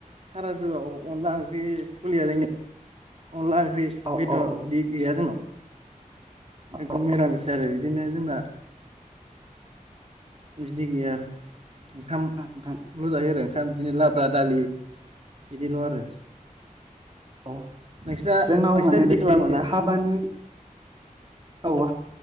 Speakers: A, on the right (about 50°); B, on the right (about 35°).
A: सारादुआव अनला ओंख्रि सोलिया जोंनिआव अनला ओंख्रि
B: औ
A: बेदर
B: औ
A: बि गैया जोंनाव एखदम
B: औ
A: निरामिस आरो बिदिनो जोंना बिदि गैया आरो ओंखामल'
B: नोंथां
A: जायो आरो ओंखाम बिदिनो लाब्रा दालि बिदिल' आरो
B: औ
A: नोंसिना
B: जोंनाव
A: नोंसिना
B: माने
A: बिदि
B: बे
A: खालामे ना?
B: हाबानि औ